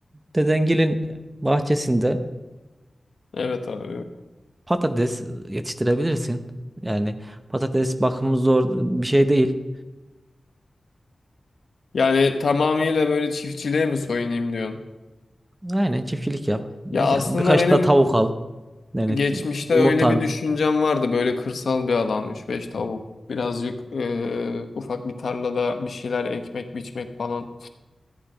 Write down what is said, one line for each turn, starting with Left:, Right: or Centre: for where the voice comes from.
Right: dedengilin bahçesinde
Left: Evet abi.
Right: patates yetiştirebilirsin. Yani patates bakımı zor bir şey değil.
Left: Yani tamamıyla böyle çiftçiliğe mi soyunayım diyorsun?
Right: Aynen çiftçilik yap. Birkaç
Left: Ya aslında benim
Right: da tavuk al. Yani
Left: geçmişte
Right: yumurtan
Left: öyle bir düşüncem vardı böyle kırsal bir alan üç beş tavuk birazcık eee, ufak bir tarlada bir şeyler ekmek biçmek falan.